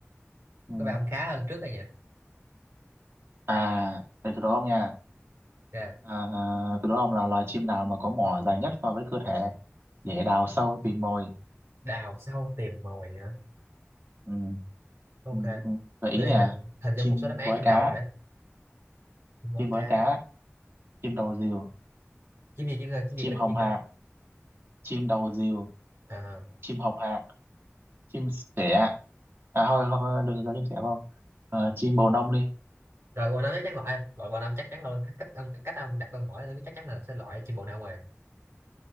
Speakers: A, on the right; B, on the right.
A: ừ.
B: có vẻ ông khá hơn trước rồi nhỉ
A: à để tôi đố ông nha
B: ok
A: À, từ đó ông là loài chim nào mà có mỏ dài nhất so với cơ thể để đào sâu tìm mồi.
B: đào sâu tìm mồi hả
A: Ừ.
B: ok
A: Ừ. ừ. Gợi ý
B: tôi đang
A: nè,
B: hình hình dung
A: chim
B: một số đáp án
A: bói
B: trong
A: cá,
B: đầu rồi đấy có
A: chim bói
B: cá
A: cá, chim đầu rìu,
B: chim gì chim gì chim
A: chim
B: gì cơ
A: hồng
B: chim gì
A: hạc,
B: cơ
A: chim đầu rìu,
B: à,
A: chim hồng hạc, chim sẻ. À thôi, thôi thôi đừng cho chim sẻ vào. Ờ, chim bồ nông đi.
B: rồi bồ năm chắc chắn loại loại bồ năm chắc chắn luôn cách ông cách ông đặt câu hỏi tôi biết chắc chắn là sẽ loại chim bồ nào rồi